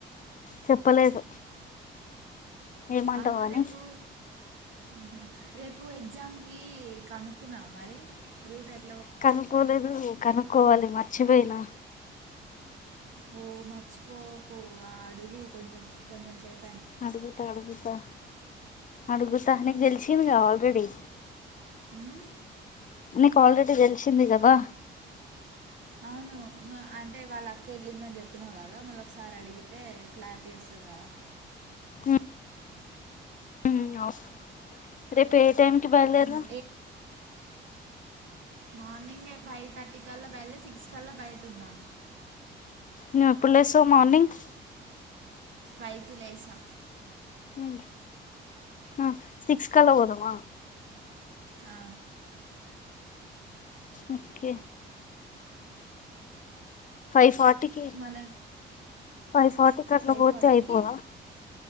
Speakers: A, on the left; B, on the right.
A: చెప్పలేదు ఏమంటావు
B: అవ్ను
A: అని
B: రెపూ అహా రేపు ఎగ్జామ్ కీ కనుక్కున్నావ మరీ రూట్ అయ్
A: కనుక్కోలేదూ కనుక్కోవాలి మర్చిపొయ్నా
B: ఓ మర్చిపోకూ ఆ అడుగు కొంచెం కొంచెం సేప్
A: అడుగుతా అడుగుతా అడుగుతా నీక్ తెలిసింది గా ఆల్రెడి
B: ఉమ్?
A: నీకు ఆల్రెడి తెలిసింది కదా
B: అవునా నువ్ అంటే వాళ్ళక్క ఎళ్ళిందని చెప్పినావ్ కదా మల్లొక్ సారి అడిగితే క్లారిటి వస్తది కద ఆ
A: ఉమ్ ఉమ్ అవ్ రేప్ ఏ టైంకి బయల్దేరదం
B: ఉమ్, మార్నింగె ఫైవ్ థర్టీ కల్ల బయల్దె సిక్స్ కల్ల బయట ఉందాం
A: నువు ఎప్పుడ్లేస్సవ్ మార్నింగ్
B: ఫైవ్ కి లేేసా
A: ఉ ఆ సిక్స్ కల్ల పొదామా
B: ఆ
A: ఒకే ఫైవ్ ఫార్ టికి
B: మన
A: ఫైవ్ ఫార్టీ కట్ల
B: ఫైవ్
A: పోతె
B: ఫార్టీకి
A: అయ్ పోవ